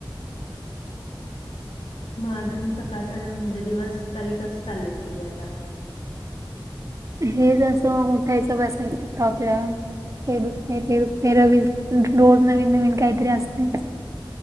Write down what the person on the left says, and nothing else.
मग अजून सकाळचा म्हणजे दिवस तरी कसे चालले तुझे आता